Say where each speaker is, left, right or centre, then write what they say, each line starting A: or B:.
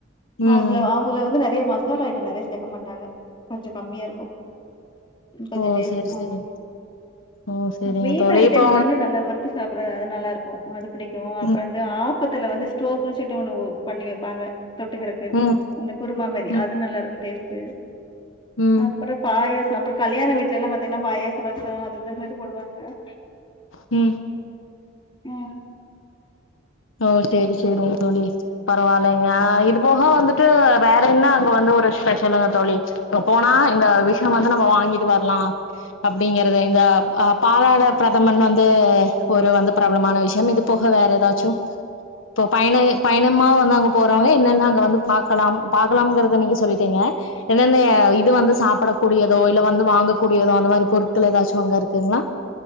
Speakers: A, on the left; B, on the left.
A: அவங்க
B: ம்
A: அவங்களே வந்து நிறைய மஸ் சாலா அயிட்டம் நிறைய சேக்க மாட்டாங்க கொஞ்சொ கம்மி யாருக்கும் கொஞ்ச
B: ஓ
A: டேஸ்ட்
B: செரி
A: ஆ
B: செரி ஓ செரிங்க
A: மீன்
B: தோழி
A: ஐட்டங்க
B: இப்போ
A: வந்து நல்லா வரு த்து சாப்பறது அது நல்லா இருக்கும் அது புடிக்கும் அப்புற
B: ம்
A: அந்த ஆப்பத்துல வந்து சு டோக்ல சுட்டு ஒண்ணு பண்ணி வைப்பாங்க தொட்டுக்கறக்கு
B: ம்
A: அந்த குருமா மாரி
B: ம்
A: அது நல்லா இருக்கும் டேஸ்டு
B: ம்
A: அ அப்புறம் பாயசம் அப்புறம் கல்யாண வீட்ல எல்லா பாத்தீங்கன்னா பாயாச ரசம் அது இது மாரி போடுவாங்க
B: ம்
A: ம்
B: ஓ சேரி சேரிங் தோழி பரவால் இல்லங்க இது போக வந்துட்டு வேற என்ன அங்க வந்து ஒரு ஸ்பெஷலுங்க தோழி இப்ப போனா இந்த விஷ்யோம் வந்து நம்ம வாங்கிட்டு வர்லாம் அப்டிங்கறது இந்த அ அப் பாலாட பிரதமன் வந்து ஒரு வந்து பிரபலமான விஷயம் இது போக வேற ஏதாச்சு இப்போ பயண பயணமா வந்து அங்க போறவங்க என்னன்ன அங்க வந்து பாக்கலாம் பாக்கலாம் கிறத நீங்க சொல்டீங்க என்னென்ன இது வந்து சாப்ட கூடியதோ இல்ல வந்து வாங்க கூடியதோ அந்த மாரி பொருட்கள் ஏதாச்சு அங்க இருக்குங்களா